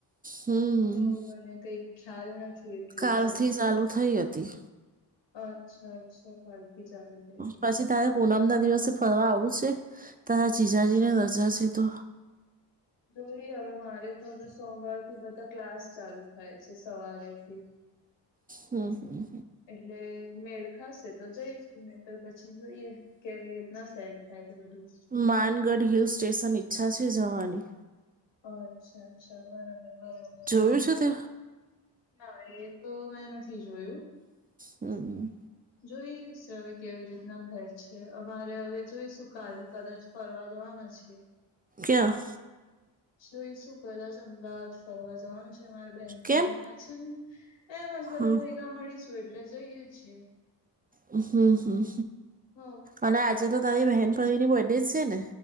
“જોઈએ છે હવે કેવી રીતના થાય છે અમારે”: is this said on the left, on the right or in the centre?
Left